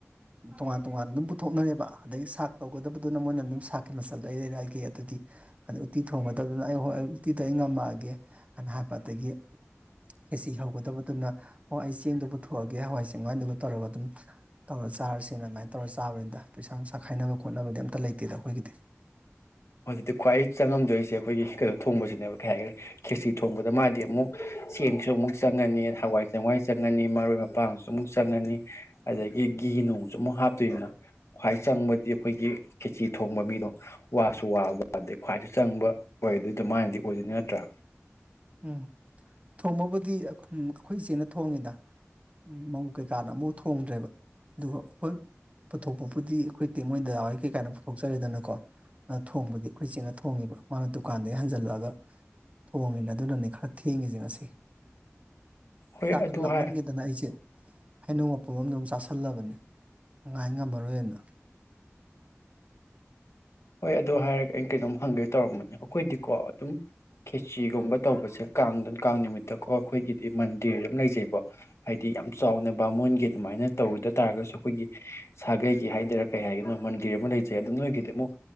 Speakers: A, on the right (about 30°); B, on the left (about 70°).
A: ꯇꯣꯉꯥꯟ ꯇꯣꯉꯥꯟ ꯑꯗꯨꯝ ꯄꯨꯊꯣꯛꯅꯔꯦꯕ ꯑꯗꯒꯤ ꯁꯥꯛ ꯇꯧꯒꯗꯕ ꯑꯗꯨꯅ ꯃꯣꯏꯅ ꯑꯗꯨꯝ ꯁꯥꯥꯛꯈꯤ ꯃꯆꯜꯗꯣ ꯑꯩ ꯂꯩꯔꯛꯑꯒꯦ ꯑꯗꯨꯗꯤ ꯑꯗꯩ ꯎꯠꯇꯤ ꯊꯣꯡꯕꯗꯕꯗꯅ ꯑꯩ ꯍꯣꯏ ꯑꯩ ꯎꯠꯇꯤꯗ ꯑꯩ ꯉꯝꯃꯛꯑꯒꯦ ꯑꯅ ꯍꯥꯏꯕ ꯑꯗꯒꯤ, ꯈꯦꯠꯆꯤ ꯍꯧꯒꯗꯕꯗꯨꯅ ꯑꯣ ꯑꯩ ꯆꯦꯡꯗꯨ ꯄꯨꯊꯣꯛꯑꯒꯦ ꯍꯋꯥꯏ ꯆꯦꯡꯋꯥꯏꯗꯨꯒ ꯇꯧꯔꯒ ꯑꯗꯨꯝ ꯇꯧꯔ ꯆꯥꯔꯁꯤꯅ ꯑꯗꯨꯃꯥꯏꯅ ꯇꯧꯔ ꯆꯥꯕꯅꯤꯗ ꯄꯩꯁꯥ ꯅꯨꯡꯁꯥ ꯈꯥꯏꯅꯕ ꯈꯣꯠꯅꯕꯗꯤ ꯑꯝꯇ ꯂꯩꯇꯦꯗ ꯑꯩꯈꯣꯏꯒꯤꯗꯤ꯫
B: ꯑꯗꯨꯗꯤ ꯈ꯭ꯨꯋꯥꯏ ꯆꯪꯉꯝꯗꯣꯏꯁꯦ ꯑꯩꯈꯣꯏꯒꯤ ꯀꯩꯅꯣ ꯊꯣꯡꯕꯁꯤꯅꯦꯕ ꯀꯩ ꯍꯥꯏꯈ꯭ꯔꯦ ꯈꯦꯠꯆꯤ ꯊꯣꯡꯕꯗ ꯃꯥꯗꯤ ꯑꯃꯨꯛ ꯆꯦꯡꯁꯨ ꯑꯃꯨꯛ ꯆꯪꯉꯅꯤ ꯍꯋꯥꯏ ꯆꯦꯡꯋꯥꯏ ꯆꯪꯉꯅꯤ ꯃꯔꯣꯏ ꯃꯄꯥꯡꯁꯨ ꯑꯃꯨꯛ ꯆꯪꯉꯅꯤ ꯑꯗꯒꯤ ꯘꯤ ꯅꯨꯡꯁꯨ ꯑꯃꯨꯛ ꯍꯥꯞꯇꯣꯏꯅ ꯈ꯭ꯋꯥꯏ ꯆꯪꯕꯗꯤ ꯑꯩꯈꯣꯏꯒꯤ ꯈꯦꯆꯤ ꯊꯣꯡꯕ ꯃꯤꯗꯣ ꯁꯨ ꯋꯥꯕ ꯑꯗꯩ ꯈ꯭ꯋꯥꯏꯁꯨ ꯆꯪꯕ ꯑꯣꯏꯗꯨꯏꯗꯣ ꯃꯥꯅꯗꯤ ꯑꯣꯏꯗꯣꯏꯅꯦ ꯅꯠꯇ꯭ꯔꯥ?
A: ꯎꯝ ꯊꯣꯡꯕꯕꯨꯗꯤ ꯑꯩꯈꯣꯏ ꯏꯆꯦꯅ ꯊꯣꯡꯉꯤꯗ꯫ ꯎꯝ ꯃꯧ ꯀꯩꯀꯥꯅ ꯑꯝꯐꯥꯎ ꯊꯣꯡꯗ꯭ꯔꯦꯕ ꯑꯗꯨꯒ ꯑꯈꯣꯏ ꯄꯨꯊꯣꯛꯄꯕꯨꯗꯤ ꯑꯩꯈꯣꯏ ꯏꯇꯩꯃꯥ ꯍꯣꯏ ꯗꯥꯗꯥ ꯍꯣꯏ ꯀꯩꯀꯥꯅ ꯄꯨꯊꯣꯛꯆꯔꯦꯗꯅꯀꯣ꯫ ꯊꯣꯡꯕꯗꯤ ꯑꯩꯈꯣꯏ ꯆꯦꯅ ꯊꯣꯡꯉꯦꯕ ꯃꯥꯅ ꯗꯨꯀꯥꯟꯗꯒꯤ ꯍꯟꯖꯜꯂꯛꯑꯒ ꯊꯣꯡꯉꯤꯅ ꯑꯗꯨꯅꯅꯦ ꯈꯔ ꯊꯦꯡꯉꯤꯁꯦ ꯉꯁꯤ
B: ꯍꯣꯏ
A: ꯆꯥꯛꯁꯨ
B: ꯑꯗꯨ
A: ꯂꯥꯝꯃꯟꯈꯤꯗꯅ
B: ꯍꯥꯏ
A: ꯑꯩꯁꯦ꯫ ꯍꯩꯅꯧ ꯃꯄꯨꯝ ꯑꯝꯁꯨ ꯑꯃꯨꯛ ꯆꯥꯥꯁꯜꯂꯕꯅꯤ ꯉꯥꯏ ꯉꯝꯃꯔꯣꯏꯅ꯫
B: ꯍꯣꯏ ꯑꯗꯨ ꯍꯥꯏꯔꯒ ꯑꯩꯩꯅ ꯀꯩꯅꯣꯝ ꯍꯪꯒꯦ ꯇꯧꯔꯝꯕꯅꯤ ꯑꯩꯈꯣꯏꯗꯤꯀꯣ ꯑꯗꯨꯝ ꯈꯦꯆꯤꯒꯨꯝꯕ ꯇꯧꯕꯁꯦ ꯀꯥꯡꯗꯅ ꯀꯥꯡ ꯅꯨꯃꯤꯠꯇꯀꯣ ꯑꯩꯈꯣꯏꯒꯤꯗꯤ ꯃꯟꯗꯤꯔ ꯑꯃ ꯂꯩꯖꯩꯕ꯫ ꯍꯥꯏꯗꯤ ꯌꯥꯝ ꯆꯥꯎꯅ ꯕꯥꯃꯣꯟꯒꯤ ꯑꯗꯨꯃꯥꯏꯅ ꯇꯧꯗ ꯇꯥꯔꯒꯁꯨ ꯑꯩꯈꯣꯏꯒꯤ ꯁꯥꯒꯩꯒꯤ ꯍꯥꯏꯗꯔꯥ ꯀꯩ ꯍꯥꯏꯒꯅꯣ ꯃꯟꯗꯤꯔ ꯑꯃ ꯂꯩꯖꯩ ꯑꯗꯨ ꯅꯣꯏꯒꯤꯗꯤ ꯑꯃꯨꯛ